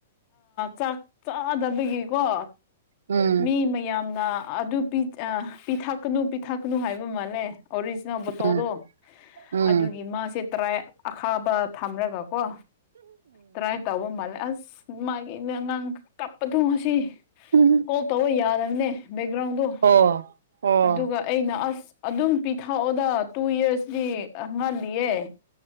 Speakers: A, on the left; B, on the right.
A: ꯆꯥꯛ ꯆꯥꯗꯕꯒꯤꯀꯣ
B: ꯎꯝ
A: ꯃꯤ ꯃꯌꯥꯝꯅ ꯑꯗꯨ ꯄꯤꯊꯛꯀꯅꯨ ꯄꯤꯊꯛꯀꯅꯨ ꯍꯥꯏꯕ ꯃꯥꯜꯂꯦ ꯑꯣꯔꯤꯖꯤꯅꯦꯜ ꯕꯣꯇꯣꯗꯣ
B: ꯎꯝ ꯎꯝ
A: ꯑꯗꯨꯒꯤ ꯃꯥꯁꯦ ꯇꯔꯥꯏ ꯑꯈꯥꯕ ꯊꯝꯔꯒ ꯀꯣ ꯇ꯭ꯔꯥꯏ ꯇꯧꯕ ꯃꯥꯜꯂꯦ ꯑꯁ ꯃꯥꯒꯤꯉꯪ ꯀꯞꯄ ꯊꯣꯡ ꯑꯁꯤ
B: ꯎꯝ
A: ꯀꯣꯜ ꯇꯧꯕ ꯌꯥꯗꯕꯅꯦ ꯕꯦꯛꯒ꯭ꯔꯥꯎꯟꯗꯣ
B: ꯑꯣ ꯑꯣ
A: ꯑꯗꯨꯒ ꯑꯩꯅ ꯑꯁ ꯑꯗꯨꯝ ꯄꯤꯊꯛꯑꯣꯗ ꯇꯨ ꯌꯌꯥꯔꯁꯇ ꯉꯜꯂꯤꯌꯦꯦ